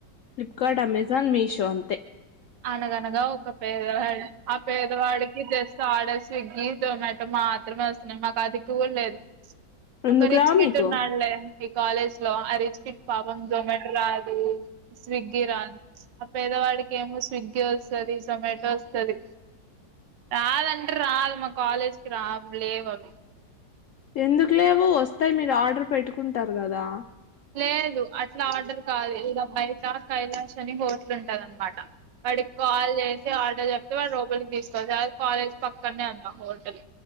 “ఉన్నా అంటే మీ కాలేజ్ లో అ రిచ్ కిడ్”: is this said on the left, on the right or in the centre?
Right